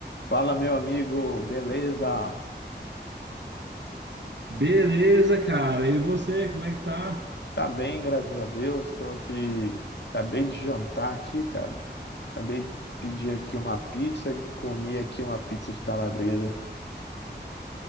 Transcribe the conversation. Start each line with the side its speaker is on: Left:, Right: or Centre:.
Left: Fala, meu amigo, beleza?
Right: Beleza, cara. E você, como é que tá?
Left: Tá bem, graças a Deus. Tô aqui, acabei de jantar aqui, cara. Acabei de pedir aqui uma pizza, comi aqui uma pizza de calabresa.